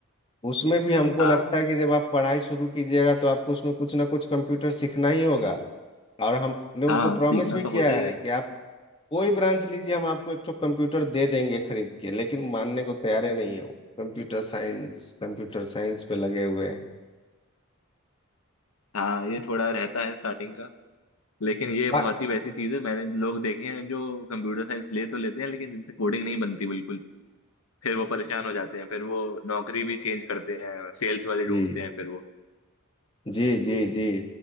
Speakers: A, on the left; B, on the left.
A: उसमें भी हमको
B: हाँ
A: लगता है कि जब आप पढ़ाई शुरू कीजिएगा तो आपको उसमें कुछ ना कुछ कंप्यूटर सीखना ही होगा और हमने उनको
B: हाँ
A: प्रॉमिस
B: सीखना
A: भी
B: तो
A: किया
B: होता ही
A: है
B: है
A: कि आप कोई ब्रांच लीजिए हम आपको एक ठो कंप्यूटर दे देंगे खरीद के लेकिन मानने को तैयार ही नहीं है वो कंप्यूटर साइंस कंप्यूटर साइंस पे लगे हुए हैं
B: हाँ ये थोड़ा रहता है स्टार्टिंग का लेकिन ये
A: आ-
B: बहुत ही वैसी चीज है मैंने लोग देखे हैं जो कंप्यूटर साइंस ले तो लेते हैं लेकिन जिनसे कोडिंग नहीं बनती बिल्कुल फिर वो परेशान हो जाते हैं फिर वो नौकरी भी चेंज करते हैं सेल्स वाले ढूंढते
A: जी
B: हैं फिर वो
A: जी जी जी